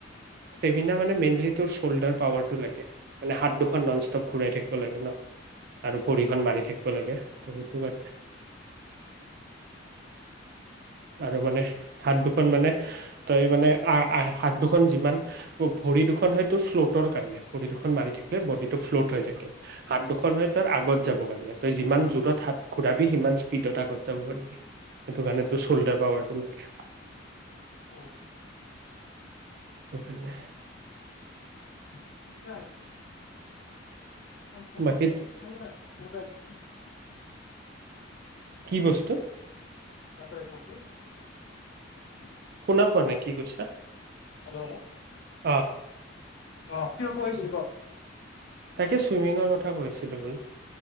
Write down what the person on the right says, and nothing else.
ষ্টেমিনা মানে মেইনলি তোৰ চল্লডাৰ পাৱাৰ তো লাগে মানে হাত দুখন ননইচতপ ঘোঁৰাই থাকিব লাগে ন আৰু ভৰিখন মাৰি থাকিব লাগে ত সেইটো কাৰণে আৰু মানে হাত দুখন মানে তই মানে হাত দুখন যিমান ভৰি দুখন হয়তো ফ্ল'টৰ কাৰণে ভৰি দুখন মাৰি থাকিলে বডি টো ফ্লট হৈ থাকে হাত দুখন হয় ত আগত যাব পাৰি তই যিমান জোৰত হাত ঘুৰাবি সিমান স্পীডত আগত যাব পাৰিবি সেইটো কাৰণে তোৰ চল্ডাৰ পাৱাৰটো লাগে
অখনেই
বাকী
কি বস্তু
শুনা পোৱা নাই কি কইছা
অ
তাকে ছুইমিঙৰ কথা কৈ আছিলো বোল